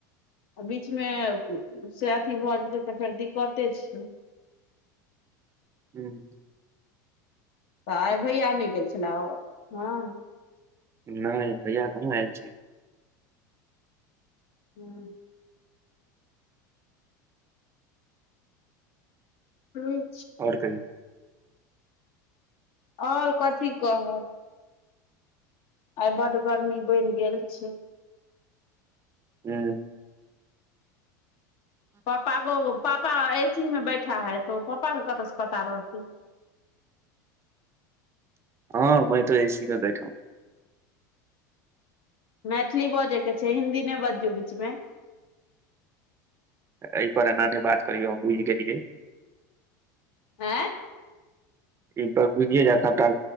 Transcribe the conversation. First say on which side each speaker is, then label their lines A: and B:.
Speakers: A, on the left; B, on the right.
A: आ बीच मे से अथी भऽ जेतै तऽ फेर दिक्कते छै
B: हूँ
A: तऽ आइ भैया नै गेल छेलै हँ
B: नै भैया कहाँ ऐल छै
A: हूँ हू
B: और कहियौ
A: और कथी कहब आइ बड गर्मी बैढ़ गेल छै
B: हू
A: पापा को पापा एसी में बैठा है तो पप्पा के कतऽ स पता रहतै
B: हँ मैं तो एसी में बैठा हूँ
A: मैथिली बजय के छै हिन्दी नै बजियौ बीच में
B: एहि पर एना नै बात करियौ हम बुझि गेलियै
A: हैं
B: ई पर बुझिये जैत सबटा